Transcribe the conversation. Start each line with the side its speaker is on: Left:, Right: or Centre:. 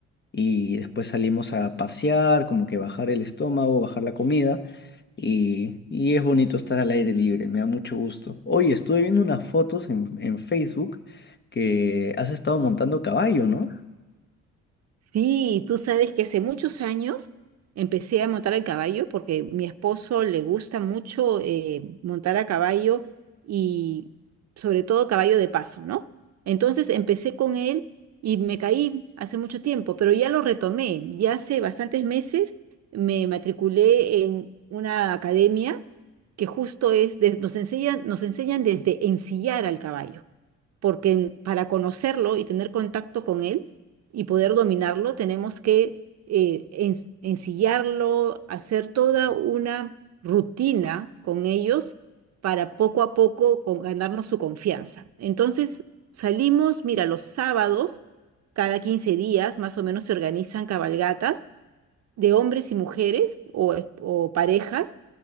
Left: y después salimos a pasear, como que bajar el estómago, bajar la comida y, y es bonito estar al aire libre, me da mucho gusto. Oye, estuve viendo unas fotos en, en Facebook que has estado montando caballo, ¿no?
Right: Sí, tú sabes que hace muchos años empecé a montar a caballo porque mi esposo le gusta mucho eh, montar a caballo y sobre todo caballo de paso, ¿no? Entonces empecé con él y me caí hace mucho tiempo, pero ya lo retomé. Ya hace bastantes meses me matriculé en una academia que justo es, de- nos enseñan, nos enseñan desde ensillar al caballo porque para conocerlo y tener contacto con él y poder dominarlo, tenemos que eh, ens- ensillarlo, hacer toda una rutina con ellos para poco a poco con- ganarnos su confianza. Entonces, salimos, mira, los sábados, cada 15 días más o menos se organizan cabalgatas de hombres y mujeres o, eh, o parejas